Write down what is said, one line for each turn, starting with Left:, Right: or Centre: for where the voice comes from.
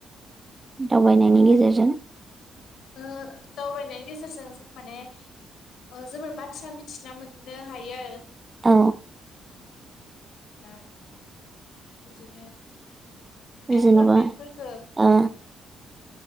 Right: दावबायनायनि गेजेरजों
Left: ओ दावबायनायनि गेजेरजों जों माने ओ जोङो बाथ्रा मिथिना मोननो हायो आरो
Right: अ
Left: अ ओमफ्राय बिदिनो एनभारमेन्टफोरखो
Right: जेन'बा ओ
Left: अ